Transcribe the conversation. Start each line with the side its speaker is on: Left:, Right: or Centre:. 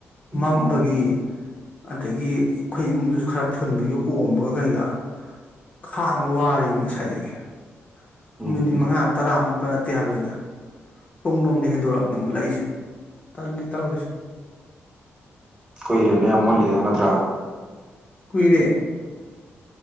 Left: ꯃꯝꯕꯒꯤ
Right: ꯎꯝ
Left: ꯑꯗꯒꯤ ꯑꯩꯈꯣꯏ ꯏꯃꯨꯡꯗꯨꯁꯨ ꯈꯔ ꯐꯨꯟꯕꯒꯤ ꯑꯣꯝꯕꯒ ꯀꯩꯒ ꯈꯥꯡ ꯋꯥꯔꯤꯅꯤ ꯉꯁꯥꯏꯗꯒꯤ ꯀꯨꯇ꯭ꯔ
Right: ꯎꯝ
Left: ꯃꯤꯅꯤꯠ ꯃꯉꯥ ꯇꯔꯥꯃꯨꯛ ꯅꯠꯇꯦ ꯍꯥꯏꯕꯗ ꯄꯨꯡꯂꯣꯝꯗ ꯍꯦꯟꯗꯣꯔꯛꯑꯕꯅꯦ ꯑꯃꯨꯛꯠꯂꯛꯏꯁꯦ ꯇꯜꯂꯤ ꯇꯧꯔꯨꯔꯤꯁꯦ
Right: ꯀꯨꯏꯔꯦꯅꯦ ꯌꯥꯝ ꯃꯣꯜꯂꯤꯗꯣ ꯅꯠꯇ꯭ꯔꯥ
Left: ꯀꯨꯏꯔꯦ